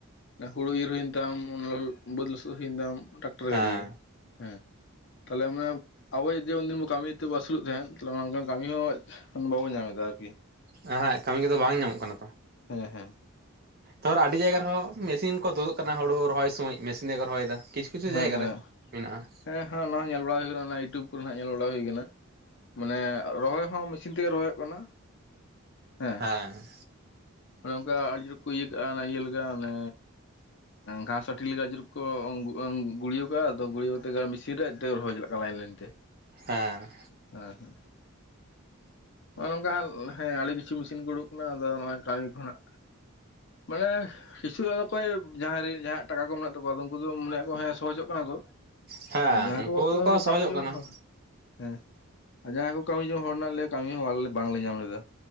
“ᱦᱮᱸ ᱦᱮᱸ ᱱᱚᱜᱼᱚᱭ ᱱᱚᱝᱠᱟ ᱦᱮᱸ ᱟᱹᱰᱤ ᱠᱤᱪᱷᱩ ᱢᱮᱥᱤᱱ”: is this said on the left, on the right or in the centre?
Left